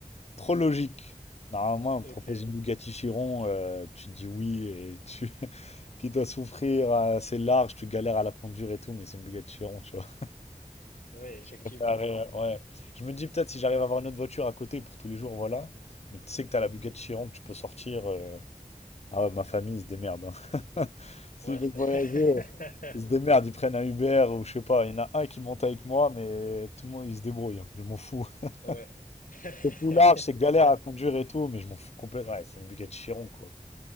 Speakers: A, on the left; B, on the left.
A: trop logique. Normalement, on te
B: Ok,
A: propose une Bugatti Chiron, euh, tu dis oui et tu <laughs> qui dois souffrir, euh, c'est large, tu galères à la conduire et tout, mais c'est une Bugatti Chiron, tu vois.
B: oui, effectivement.
A: Préparer, euh, ouais. Je me dis peut-être si j'arrive à avoir une autre voiture à côté pour tous les jours, voilà. Mais tu sais que t'as la Bugatti Chiron que tu peux sortir. euh, Ah ouais, ma famille, ils se démerdent. hein. <laughs> S'ils
B: Ouais,
A: veulent
B: c'est-
A: voyager, euh, ils se démerdent. Ils prennent un Uber ou je sais pas. Il y en a un qui monte avec moi, mais tout le monde, il se débrouille. hein. Je m'en fous.
B: <laughs> ouais.
A: <laughs>
B: <laughs>
A: C'est plus large, c'est galère à conduire et tout, mais je m'en fous complètement. Ouais, c'est une Bugatti Chiron, quoi.